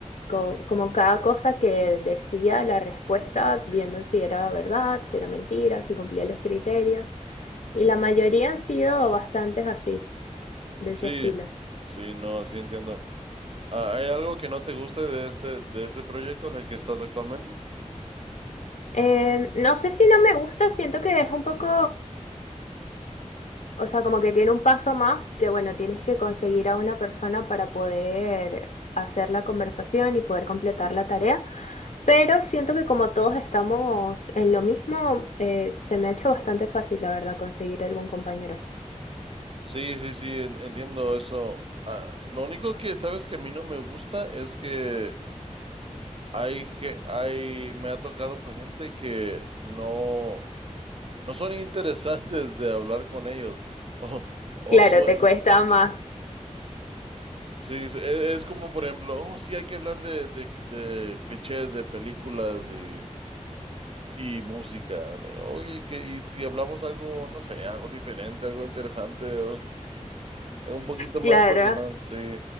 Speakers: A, on the left; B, on the right.
A: co- como cada cosa que decía la respuesta, viendo si era verdad, si era mentira, si cumplía los criterios. Y la mayoría han sido bastantes así, de
B: Sí,
A: ese estilo.
B: sí, no, sí entiendo. Ah, ¿Hay algo que no te guste de este, de este proyecto en el que estás actualmente?
A: Eh, no sé si no me gusta, siento que es un poco, o sea, como que tiene un paso más, que bueno, tienes que conseguir a una persona para poder hacer la conversación y poder completar la tarea, pero siento que como todos estamos en lo mismo, eh, se me ha hecho bastante fácil, la verdad, conseguir algún compañero.
B: Sí, sí, sí, en- entiendo eso. Ah, lo único que sabes que a mí no me gusta es que hay, ge- hay, me ha tocado pues, gente que no. no son interesantes de hablar con ellos. O, o
A: Claro,
B: sue-
A: te cuesta más.
B: sí, sí, e- es, como por ejemplo, oh, sí, hay que hablar de, de, de clichés de películas y, y música. Le digo, Oye, que, y si hablamos algo, no sé, algo diferente, algo interesante, o algo un poquito
A: Claro.
B: más personal, sí.